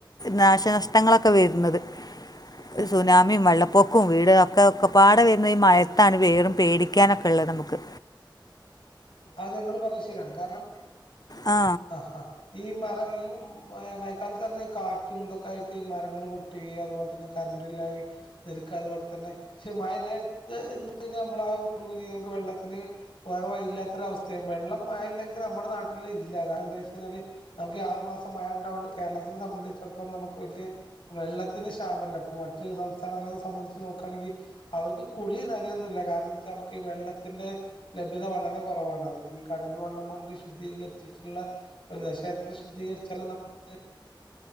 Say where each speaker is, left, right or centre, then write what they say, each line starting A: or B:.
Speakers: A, on the left; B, on the left.
A: നാശനഷ്ടങ്ങളൊക്കെ വരുന്നത് ഒര് സുനാമിയും വെള്ളപ്പൊക്കും വീട് ഒക്കെ ഒക്കെ പാടെ വരുന്നത് ഈ മഴയത്താണ് വേറും പേടിക്കാനൊക്കെള്ളത് നമ്മക്ക്
B: അതെ ഇങ്ങൾ പറഞ്ഞത് ശെരിയാണ് കാരണം
A: ആ
B: അ ഹാ ഈ മര ഇം മയ <unintelligible> തന്നെ ഈ കാറ്റും തൊക്കെ ആയിട്ട് ഈ മരങ്ങൾ പൊട്ടി അതുപോൽതന്നെ കറണ്ടില്ലാതെയിരിക്ക അതുപോലെ തന്നെ പക്ഷെ മഴ ഇല്ലായി <unintelligible> കഴിഞ്ഞാൽ നമ്മള ആ <unintelligible> നമക്ക് വെള്ളത്തിന് വേറെ വഴില്ലാത്ത വല്ലാത്തൊരു അവസ്ഥയും വെള്ളം മഴ ഇല്ലെങ്കിൽ നമ്മുടെ നാട്ടിൽ ഇല്ല കാരണം എന്താ വെച്ച് കഴിഞ്ഞാൽ നമുക്ക് ആറു മാസം മഴ ഉണ്ടാവോണ്ട് കേരളത്തിനെ സംബന്ധിച്ചിടത്തോളം നമുക്ക് വലിയ വെള്ളത്തിന് ക്ഷാമല്ല ഇപ്പൊ മറ്റു സംസ്ഥാനങ്ങളക്കെ സംബന്ധിച്ച് നോക്കാണെങ്കി അവർക്ക് കുളി നനയൊന്നുല്ല കാരണം എന്താ വെച്ചാ അവർക്ക് ഈ വെള്ളത്തിന്റെ ലഭ്യത വളരെ കുറവാണ് അവർക്ക് ഈ കടൽ വെള്ളം കൊണ്ട് ശുദ്ധീകരിച്ചിട്ടുള്ള ഒരു പക്ഷെ എത്ര ശുദ്ധീകരിച്ചാലും നമുക്ക്